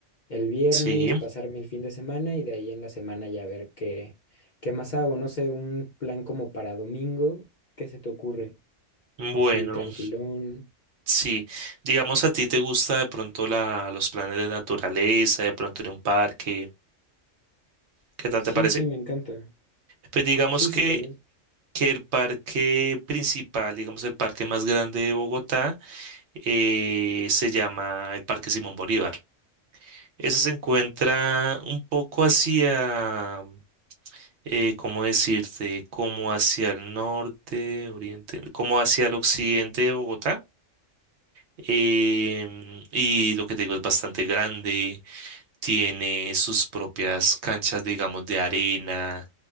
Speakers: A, on the left (about 50°); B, on the right (about 65°).
A: el viernes,
B: Sí,
A: pasarme el fin de semana y de ahí en la semana ya ver qué, qué más hago. No sé, un plan como para domingo, ¿qué se te ocurre? Así,
B: bueno.
A: tranquilón.
B: Sí, digamos a ti te gusta de pronto la, los planes de naturaleza, de pronto ir a un parque, ¿qué tal
A: Sí,
B: te parece?
A: sí, me encanta.
B: Pues digamos
A: Sí,
B: que,
A: súper bien.
B: que el parque principal, digamos el parque más grande de Bogotá, eh, se llama el Parque Simón Bolívar. Ese se encuentra un poco hacia, eh, ¿cómo decirte? Como hacia el norte, oriente, como hacia el occidente de Bogotá. em, y lo que te digo es bastante grande tiene sus propias canchas, digamos, de arena,